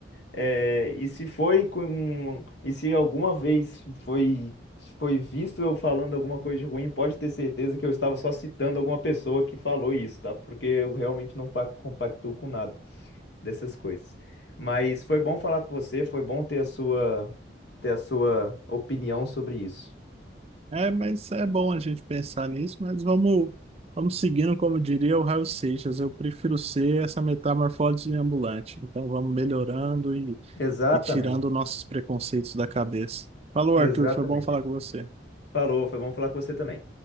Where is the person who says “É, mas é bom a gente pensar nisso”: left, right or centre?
Right